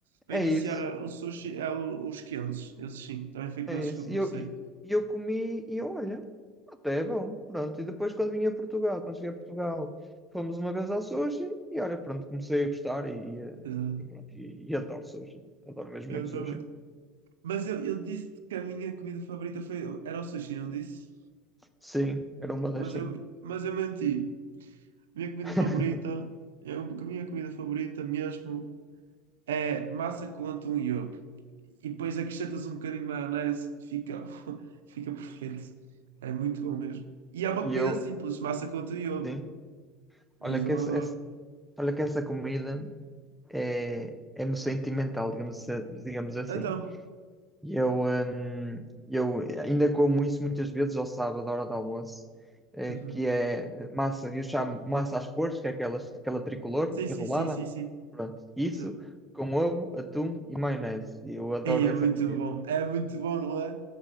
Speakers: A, on the right; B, in the centre.
A: Para
B: É
A: iniciar
B: isso.
A: ah, o sushi, é o- os quentes. Esses sim, também foi com
B: É
A: esses
B: esse.
A: que eu comecei.
B: E eu, e, e eu comi e eu, olha, até é bom. Pronto. E depois quando vim a Portugal, quando cheguei a Portugal, fomos uma vez ao sushi e olha, pronto, comecei a gostar e, eh,
A: Exato.
B: e pronto, e, e adoro sushi. Adoro mesmo
A: Eu
B: muito
A: também.
B: sushi.
A: Mas eu, eu disse que a minha comida favorita foi, era o sushi, não disse?
B: Sim, era uma das
A: Mas
B: sim.
A: eu, mas eu menti. Minha comida
B: <laughs>
A: favorita, eu, a minha comida favorita mesmo é massa com atum e ovo. E depois acrescentas um bocadinho de maionese, fica, <laughs> fica perfeito. É muito bom mesmo. E é uma
B: E
A: comida
B: eu,
A: simples, massa com atum e ovo.
B: sim,
A: Isso
B: olha que
A: eu
B: essa,
A: adoro.
B: essa- olha que essa comida é, é-me sentimental, digamos, digamos assim.
A: Então,
B: E eu, hum, eu ainda como isso muitas vezes ao sábado, à hora do almoço, eh,
A: uhum.
B: que é massa, eu chamo massa às cores, que é aquela, aquela tricolor
A: Sim,
B: enrolada.
A: sim, sim, sim, sim.
B: Pronto, isso
A: Exato.
B: com ovo, atum e maionese. Eu adoro
A: Aí é
B: essa
A: muito
B: comida.
A: bom, é muito bom, não é?